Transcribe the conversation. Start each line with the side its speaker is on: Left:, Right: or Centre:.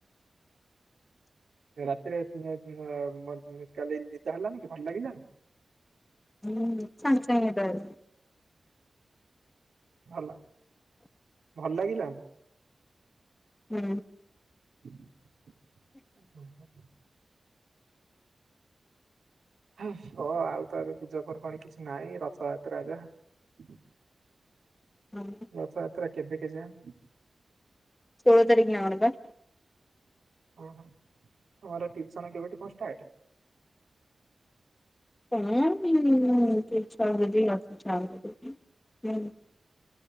Right: ହ ରାତିରେ <unintelligible> କାଲି ନିଦ ହେଲାନି କି ଭଲ ଲାଗିଲାନି?
Left: ହୁଁ ସାଙ୍ଗେସାଙ୍ଗେ ନିଦ ହେଇଗଲା।
Right: ଭଲ ଭଲଲାଗିଲା?
Left: ହୁଁ।
Right: <unintelligible> ଆଉ କିଛି କହ ଆଉ ତ ଏବେ ପୂଜାପର୍ବାଣୀ କିଛି ନାହିଁ ରଥଯାତ୍ରା ଯାହା।
Left: ହୁଁ।
Right: ରଥଯାତ୍ରା କେବେ କେଜାନ
Left: ଷୋଳ ତାରିଖ ନା କଣ ପା।
Right: ଓ ହୋ ତମର ଟ୍ୟୁସନ କେବେଠୁ କଣ ଷ୍ଟାର୍ଟ?
Left: ହଁ <unintelligible>